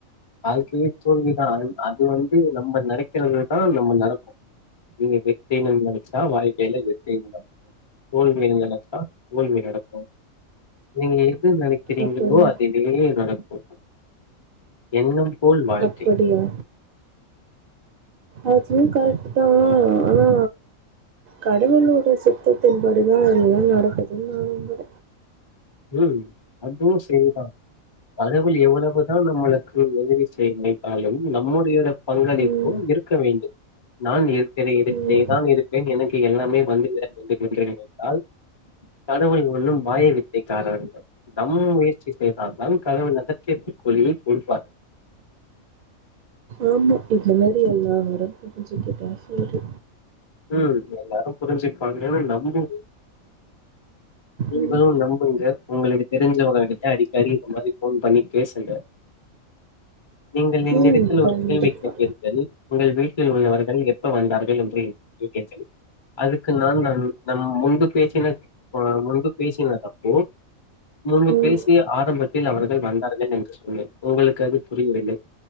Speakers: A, on the left; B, on the right.
A: வாழ்க்கையே தோல்விதா அ அது வந் து நம்ப நெனைக் கிறதுதா நம்ப நடக்கு <unintelligible> பேமெண் நெனைச்சா வாழ்க்கையில வெற்றியே நடக் தோல்விய நெனைச்சா தோல்வி நடக்கு நீங்க எது நினைக்கிறீங்களோ
B: அப்படி
A: அதுவே நடக்கு. எண்ணம் போல் வாழ்க்கை.
B: அப்படியா அதுவு கரெக்ட்டுதா ஆனா கடவுளோட சித்தத்தின்படிதா எல்லா நடக்குதுனு நா நம்பற.
A: உம் அதுவு செரிதா கடவுள் எவ்வளவுதா நம்மளுக்கு உதவி செய்லை அதுலருந்து நம்முடைய பங்களிப்பும்
B: ம்
A: இருக்க வேண்டும். நான் இருக்கிற இடத்துலயேதான்
B: ம்
A: இருப்பேன் எனக்கு எல்லாமே <unintelligible> <inaudible> என்றால் கடவுள் சொல்லும் வாயை <unintelligible> நம்ம முயற்சி செய்தால்தான் கடவுள் அதற்கு ஏத்த கூலியை குடுப்பார்.
B: ஆமாம் இந்த மாரி எல்லா அவரும் புரிஞ்சிக்கிட்டா சேரி.
A: உஹம் எல்லாரும் புரிஞ்சு பாங்கனு நம்புவோ நீங்களும்
B: ம்
A: நம்புங்க உங்களுக்கு தெரிஞ்சவங்க கிட்ட அடிக்கடி இந்த மாரி போன் பண்ணி பேசுங்க நீங்கள் என்னிடத்தில்
B: ம் கண்டிப்பா
A: ஒரு கேள்வி கேட்டீர்கள் உங்கள் வீட்டில் உள்ளவர்கள் எப்ப வந்தார்கள் என்று கேட்டீர்கள் அதுக்கு நான் நான் நம் முன்பு பேச்சின முன்பு பேசின தப்போ முன்பு
B: ம்
A: பேசிய ஆரம்பத்தில் அவர் வந்தார்கள் என்று சொன்னேன் உங்களுக்கு அது புரியவில்லை